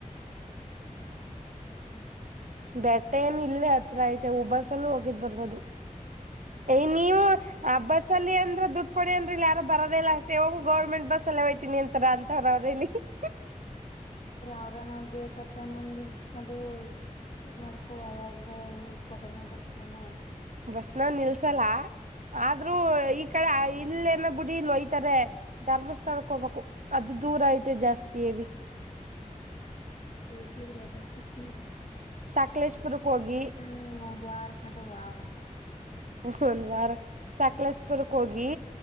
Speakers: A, on the left (about 55°); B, on the right (about 70°).
A: ಹೌ <inaudible>
B: ಬೆಟ್ಟ ಏನು ಇಲ್ಲೇ ಹತ್ರ ಐತೆ ಎ ಊ ಬಸ್ಸ್ಲೂ ಹೋಗಿದ್ ಬರ್ಬೋದು. ಏ ನೀವು ಆ ಬಸ್ ಅಂದ್ರೆ ದುಡ್ಡು ಕೊಡಿ ಅಂದ್ರ ಇಲ್ಲಿ ಯಾರ ಬರೋದ ಇಲ್ಲ ಅಷ್ಟೇ ಹೋಗು ಗಾವಮೆಂಟ್ ಬಸ್ಲ್ ಹೋಯ್ತೀನಿ ಅಂತರ ಅಂತ ರ್ರಲ್ಲಿ <unintelligible>
A: ಅವ್ರ ನಾವ್ ಬೇಕದ್ ತಮ್ ನಾವ್ ನಿಲ್ತ್ಕೊಂಡ ಇದ್ ಮಾಡ್ಕೋಂಗ ಹೋಗಾಗ ನಿಲ್ಸ್ಕೊಟನ ಬಸ್ ನಾಮಾ
B: ಬಸ್ನ ನಿಲ್ಸಲ್ಲ ಆದ್ರೂ ಈ ಕಡೆ ಇಲ್ಲೇಏನ ಬಿುಡಿ ಇಲ್ಲಿ ಒಯ್ತಾರೆ <unintelligible> ಧರ್ಮಸ್ಥಳಕ್ಕೆ ಹೋಗ್ಬೇಕು ಅದು ದೂರ ಐತೆ ಜಾಸ್ತಿ ಹೇವಿ
A: ಹ್ಮ ಬೇಕಿದ್ರೆ ಅದೆ ಸಿಟ್ಲಿ.
B: ಸಕ್ಲೇಶಪುರುಕ್ ಕೋಗಿ.
A: ಹ್ಮ ಒಂದ್ ವಾರ್ ಕಂಟ ವಾಗ್ಬಕು.
B: ಎಸ್ಟು ಒಂದ್ ವಾರ ಸಕ್ಲೇಶಪುರುಕ್ ಕೋಗಿ.